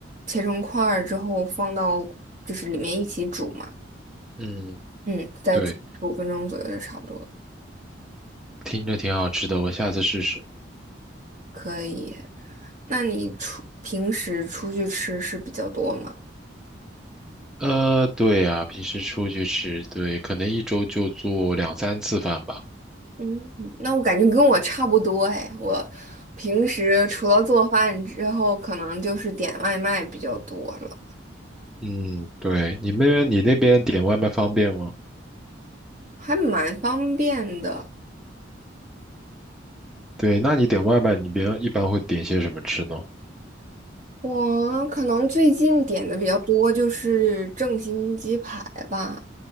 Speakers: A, on the right; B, in the centre.
A: 切成块儿之后放到就是里面一起煮嘛，
B: 嗯，
A: 嗯，再煮十五分钟左右就差不多了。
B: 对，听着挺好吃的，我下次试试。
A: 可以。那你出平时出去吃是比较多吗？
B: 呃，对呀，平时出去吃，对，可能一周就做两三次饭吧。
A: 嗯，那我感觉跟我差不多哎，我平时除了做饭之后，可能就是点外卖比较多了。
B: 嗯，对，你那边你那边点外卖方便吗？
A: 还蛮方便的。
B: 对，那你点外卖，你别一般会点些什么吃呢？
A: 我可能最近点的比较多就是正新鸡排吧，